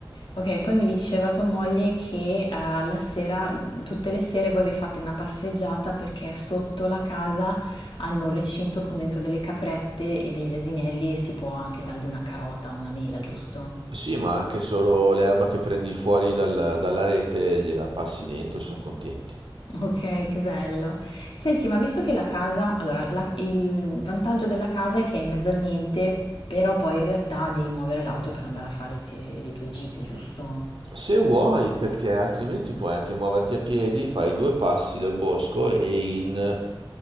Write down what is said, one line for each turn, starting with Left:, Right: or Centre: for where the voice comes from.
Left: Ok, poi mi diceva tua moglie che eh, alla sera, tutte le sere voi vi fate una passeggiata perché sotto la casa hanno un recinto con dentro delle caprette e degli asinelli e si può anche dargli una carota o una mela, giusto?
Right: Sì, ma anche solo l'erba che prendi fuori dal- dalla rete gliela passi dentro e sono contenti.
Left: Okay, che bello. Senti, ma visto che la casa allora la il vantaggio della casa è che è in mezzo al niente, però poi in realtà devi muovere l'auto per andare a fare te le tue gite, giusto?
Right: Se vuoi, perché altrimenti puoi anche muoverti a piedi, fai due passi dal bosco e in